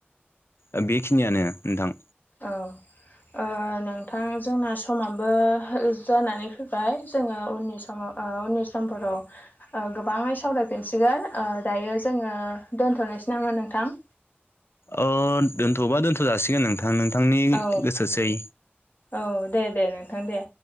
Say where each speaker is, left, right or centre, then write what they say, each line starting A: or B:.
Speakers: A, on the left; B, on the left.
A: ओ बेखिनियानो नोंथां
B: औ ओ नोंथां जोंना समाबो जानानै फै ओमफ्राय जोङो उननिस समाव ओ उननि सम समफोराव ओ गोबाङै सावरायफिनसिगोन ओ दायो जोंङो। दोन्थ'नोसै नामा नोंथां
A: ओ दोनथ'बा दोनथ' जासिगोन नोंथां ओ नोंथांनि
B: औ
A: गोसोसै
B: औ दे दे नोंथां दे।